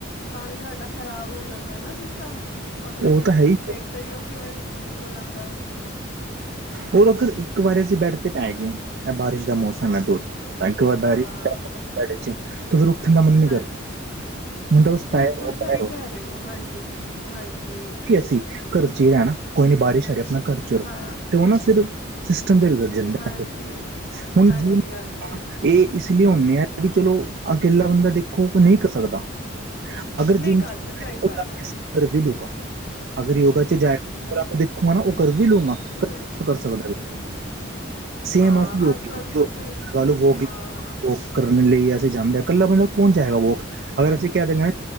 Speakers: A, on the left; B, on the right.
A: ਤਾਂ ਵੀ ਸਾਡਾ ਖ਼ਰਾਬ ਹੋ ਜਾਂਦਾ ਨਾ ਸਿਸਟਮ ਅਗਲਾ
B: ਉਹ
A: ਦਿਨ
B: ਤਾਂ ਹੈ ਹੀ
A: ਦੇਖਦੇ ਹੀ ਹੋ ਕਿਵੇਂ ਹੋ ਜਾਂਦਾ ਐ
B: ਉਹ ਲੋਕ ਇੱਕ ਵਾਰੀ ਅਸੀਂ ਬੈਡ ਤੇ ਪੈ ਗਏ ਮੈਂ ਬਾਰਿਸ਼ ਦਾ ਮੌਸਮ
A: ਹਮ
B: ਐ ਦੋ ਇੱਕ ਵਾਰ ਬਰੀ
A: ਹਾਂ
B: <unintelligible> ਫਿਰ ਉੱਠਣ ਦਾ ਮਨ ਨਹੀਂ
A: ਹਾਂਜੀ
B: ਕਰਦਾ ਹੁਣ ਤਾਂ ਬਸ
A: ਬਿਲਕੁਲ
B: ਪਏ
A: ਸਹੀ
B: ਪਏ
A: ਕਹਿ ਰਹੇ ਹੋ ਹਾਂਜੀ ਹਾਂਜੀ
B: <unintelligible> ਅਸੀਂ ਕਰ ਚ ਈ ਰਹਿਣਾ ਕੋਈ ਨਾ ਬਾਰਿਸ਼ ਆ ਰਹੀ ਆ ਆਪਣਾ ਘਰ ਚ ਰੋ
A: ਹਾਂ
B: ਤੇ ਉਹ ਨਾ ਫਿਰ ਸਿਸਟਮ ਦੇ ਜਾਂਦਾ
A: ਹਾਂਜੀ
B: ਫਿਰ ਹੁਣ
A: ਹਾਂਜੀ-ਹਾਂਜੀ
B: <unintelligible> ਇਹ ਇਸ ਲਈ ਹੁੰਨੇ ਆ ਵੀ ਚਲੋ ਅਕੇਲਾ ਬੰਦਾ ਦੇਖੋ ਨਹੀਂ ਕਰ ਸਕਦਾ। ਅਗਰ
A: ਨਹੀਂ
B: ਜਿੰਮ
A: ਕਰ
B: <unintelligible>
A: ਸਕ ਸਹੀ ਗੱਲ
B: ਕਰ
A: ਹੈ
B: ਵੀ ਲੂਗਾ ਅਗਰ ਯੋਗਾ ਚ ਜਾਏਗਾ ਪੂਰਾ ਦੇਖੂਗਾ ਨਾ ਉਹ ਕਰ ਵੀ ਲੂੰਗਾ
A: ਹੂੰ
B: ਕਰ ਸਕਦਾ
A: ਹੂੰ।
B: ਵੀ ਸੇਮ
A: ਹਾਂ,
B: ਅਸੀਂ ਯੋਗ
A: ਅੱਜ ਕੱਲ
B: ਜੋ
A: ਤੁਸੀਂ
B: ਲਗਾ ਲਓ ਵੋਕ
A: ਹਾਂ।
B: ਵੋਕ ਕਰਨ ਲਈ ਅਸੀਂ ਜਾਂਦੇ ਹਾਂ। ਇਕੱਲਾ ਬੰਦਾ ਕੌਣ ਜਾਏਗਾ ਵੋਕ, ਅਗਰ ਅਸੀਂ ਕਹਿ ਦਿੰਨੇ ਆਂ